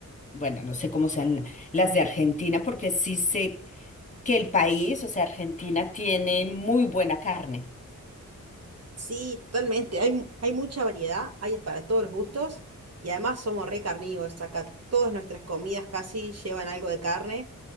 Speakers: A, on the left; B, on the right.
A: bueno, no sé cómo sean las de Argentina, porque sí sé que el país, o sea, Argentina, tiene muy buena carne.
B: Sí, totalmente. Hay, mu- hay mucha variedad, hay para todos los gustos y además somos re carnívoros. Acá todas nuestras comidas casi llevan algo de carne,